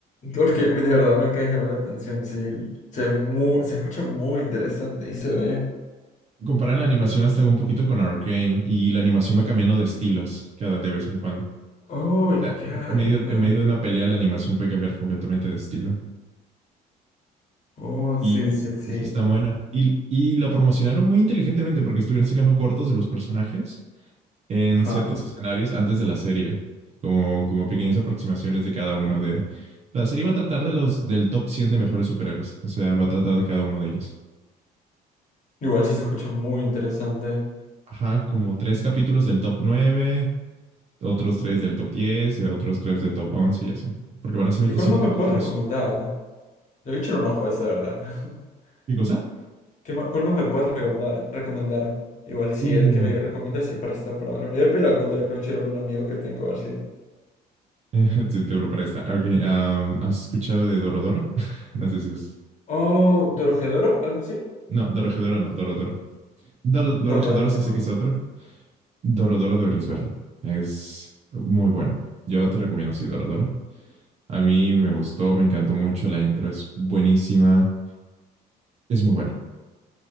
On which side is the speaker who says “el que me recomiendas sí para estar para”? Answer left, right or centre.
Left